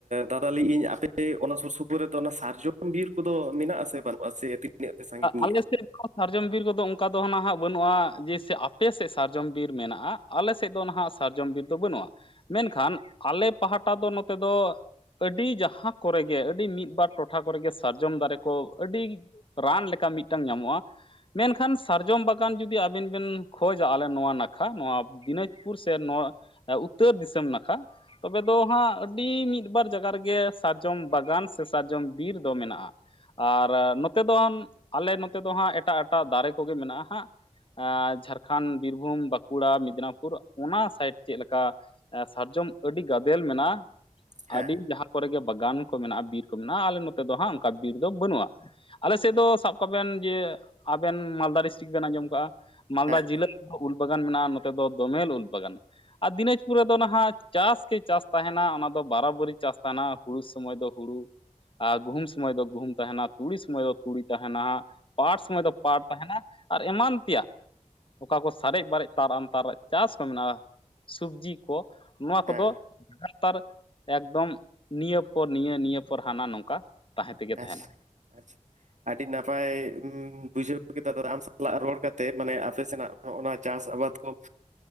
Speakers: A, on the right; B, on the left.
A: ᱫᱟᱫᱟ ᱞᱟᱹᱭ ᱤ ᱟᱹᱧ ᱟᱯᱮ ᱚᱱᱟ ᱥᱩᱨ ᱥᱩᱯᱩᱨ ᱨᱮᱫᱚ ᱥᱟᱨᱡᱚᱢ ᱵᱤᱨ ᱠᱚᱫᱚ ᱢᱮᱱᱟᱜ-ᱟ ᱥᱮ ᱵᱟᱹᱱᱩᱜ-ᱟ ᱥᱮ᱾ ᱛᱤᱱᱟᱹᱜ ᱯᱮ ᱥᱟᱺᱜᱤᱧ
B: ᱟᱞᱮ
A: ᱜᱮᱭᱟ
B: ᱥᱮᱫ ᱥᱟᱨᱡᱚᱢ ᱵᱤᱨ ᱠᱚᱫᱚ ᱚᱱᱠᱟ ᱫᱚ ᱱᱟᱦᱟᱸᱜ ᱵᱟᱹᱱᱩᱜ-ᱟ᱾ ᱡᱮᱥᱮ ᱟᱯᱮᱥᱮᱫ ᱥᱟᱨᱡᱚᱢ ᱵᱤᱨ ᱢᱮᱱᱟᱜ-ᱟ᱾ ᱟᱞᱮ ᱥᱮᱫ ᱫᱚ ᱱᱟᱦᱟᱸᱜ ᱥᱟᱨᱡᱚᱢ ᱵᱤᱨ ᱫᱚ ᱵᱟᱹᱱᱩᱜᱼᱟ᱾ ᱢᱮᱱᱠᱷᱟᱱ ᱟᱞᱮ ᱯᱟᱦᱴᱟ ᱫᱚ ᱱᱚᱛᱮ ᱫᱚ, ᱟᱹᱰᱤ ᱡᱟᱸᱦᱟ ᱠᱚᱨᱮᱜᱮ ᱟᱹᱰᱤ ᱢᱤᱫ ᱵᱟᱨ ᱴᱚᱴᱷᱟ ᱠᱚᱨᱮᱜᱮ ᱥᱟᱨᱡᱚᱢ ᱫᱟᱨᱮ ᱠᱚ ᱟᱹᱰᱤ ᱨᱟᱱ ᱞᱮᱠᱟ ᱢᱤᱫᱴᱟᱝ ᱧᱟᱢᱚᱜ-ᱟ᱾ ᱢᱮᱱᱠᱷᱟᱱ ᱥᱟᱨᱡᱚᱢ ᱵᱟᱜᱟᱱ ᱡᱩᱫᱤ ᱟᱵᱤᱱ ᱵᱮᱱ ᱠᱷᱚᱡᱟ ᱟᱞᱮ ᱱᱚᱣᱟ ᱱᱟᱠᱷᱟ, ᱱᱚᱣᱟ ᱫᱤᱱᱟᱡᱽᱯᱩᱨ ᱥᱮ ᱱᱚᱣᱟ, ᱩᱛᱛᱚᱨ ᱫᱤᱥᱚᱢ ᱱᱟᱠᱷᱟ᱾ ᱛᱚᱵᱮ ᱫᱚ ᱦᱟᱸᱜ ᱟᱹᱰᱤ ᱢᱤᱫ ᱵᱟᱨ ᱡᱟᱭᱜᱟ ᱨᱮᱜᱮ ᱥᱟᱨᱡᱚᱢ ᱵᱟᱜᱟᱱ ᱥᱮ ᱥᱟᱨᱡᱚᱢ ᱵᱤᱨ ᱫᱚ ᱢᱮᱱᱟᱜᱼᱟ᱾ ᱟᱨ ᱱᱚᱛᱮ ᱫᱚ ᱟᱞᱮ ᱱᱚᱛᱮ ᱫᱚ ᱦᱟᱸᱜ ᱮᱴᱟᱜ ᱮᱴᱟᱜ ᱫᱟᱨᱮ ᱠᱚᱜᱮ ᱢᱮᱱᱟᱜᱼᱟ ᱦᱟᱸᱜ ᱡᱷᱟᱲᱠᱷᱚᱸᱰ, ᱵᱤᱨᱵᱷᱩᱢ, ᱵᱟᱸᱠᱩᱲᱟ, ᱢᱮᱫᱽᱱᱟᱯᱩᱨ ᱚᱱᱟ ᱥᱟᱭᱤᱰ ᱪᱮᱫ ᱞᱮᱠᱟ, ᱥᱟᱨᱡᱚᱢ ᱟᱹᱰᱤ ᱜᱟᱫᱮᱞ ᱢᱮᱱᱟᱜ-ᱟ᱾
A: ᱦᱮᱸ
B: ᱟᱹᱰᱤ ᱡᱟᱦᱟᱸ ᱠᱚᱨᱮ ᱜᱮ ᱵᱟᱜᱟᱱ ᱠᱚ ᱢᱮᱱᱟᱜ-ᱟ, ᱵᱤᱨ ᱠᱚ ᱢᱮᱱᱟᱜ-ᱟ ᱟᱞᱮ ᱱᱚᱛᱮ ᱫᱚ ᱦᱟᱸᱜ ᱚᱱᱠᱟ ᱵᱤᱨ ᱫᱚ ᱵᱟᱹᱱᱩᱜ-ᱟ᱾ ᱟᱞᱮ ᱥᱮᱫ ᱫᱚ ᱥᱟᱵ ᱠᱟᱜ ᱵᱮᱱ ᱡᱮ ᱟᱵᱮᱱ ᱢᱟᱞᱫᱟ ᱰᱤᱥᱴᱤᱠ ᱵᱮᱱ ᱟᱸᱡᱚᱢ ᱠᱟᱜ-ᱟ᱾ ᱢᱟᱞᱫᱟ
A: ᱦᱮᱸ
B: ᱡᱤᱞᱟᱹ ᱨᱮ ᱫᱚ ᱩᱞ ᱵᱟᱜᱟᱱ ᱢᱮᱱᱟᱜ-ᱟ᱾ ᱱᱚᱛᱮ ᱫᱚ ᱫᱚᱢᱮᱞ ᱩᱞ ᱵᱟᱜᱟᱱ, ᱟᱨ ᱫᱤᱱᱟᱡᱽᱯᱩᱨ ᱨᱮᱫᱚ ᱱᱟᱦᱟᱸᱜ ᱪᱟᱥ ᱜᱮ ᱪᱟᱥ ᱛᱟᱸᱦᱮᱱᱟ ᱚᱱᱟ ᱫᱚ ᱵᱟᱨᱟᱵᱟᱨᱤ ᱪᱟᱥ ᱛᱟᱸᱦᱮᱱᱟ ᱦᱩᱲᱩ ᱥᱚᱢᱚᱭ ᱫᱚ, ᱦᱩᱲᱩ ᱟᱨ ᱜᱩᱦᱩᱢ ᱥᱚᱢᱚᱭ ᱫᱚ ᱜᱩᱦᱩᱢ ᱛᱟᱸᱦᱮᱱᱟ ᱛᱩᱲᱤ ᱥᱚᱢᱚᱭ ᱫᱚ, ᱛᱩᱲᱤ ᱛᱟᱸᱦᱮᱱᱟ, ᱯᱟᱴ ᱥᱚᱢᱚᱭ ᱫᱚ ᱯᱟᱴ ᱛᱟᱸᱦᱮᱱᱟ ᱟᱨ ᱮᱢᱟᱱ ᱛᱮᱭᱟᱜ, ᱚᱠᱟ ᱠᱚ ᱥᱟᱨᱮᱡ ᱵᱟᱨᱮᱡ ᱛᱟᱨᱟᱢ ᱛᱟᱨ ᱪᱟᱥ ᱠᱚ ᱢᱮᱱᱟᱜᱼᱟ᱾ ᱥᱚᱵᱡᱤ ᱠᱚ ᱱᱚᱣᱟ
A: ᱦᱮᱸ
B: ᱠᱚᱫᱚ, ᱰᱟᱠᱛᱟᱨ ᱮᱠᱫᱚᱢ ᱱᱤᱭᱟᱹ ᱯᱚᱨ ᱱᱤᱭᱟᱹ ᱱᱤᱭᱟᱹ ᱯᱚᱨ ᱦᱟᱱᱟ ᱱᱚᱝᱠᱟ᱾ ᱛᱟᱦᱮᱸ ᱛᱮᱜᱮ ᱛᱟᱦᱮᱱᱟ
A: ᱟᱪᱪᱷᱟ ᱟᱪᱪᱷᱟ, ᱟᱹᱰᱤ ᱱᱟᱯᱟᱭ ᱵᱩᱡᱷᱟᱹᱣ ᱠᱮᱫᱟ ᱟᱢ ᱥᱟᱞᱟᱜ ᱨᱚᱲ ᱠᱟᱛᱮ ᱢᱟᱱᱮ ᱟᱯᱮ ᱥᱮᱱᱟᱜ, ᱚᱱᱟ ᱪᱟᱥ ᱟᱵᱟᱫᱽ ᱠᱚ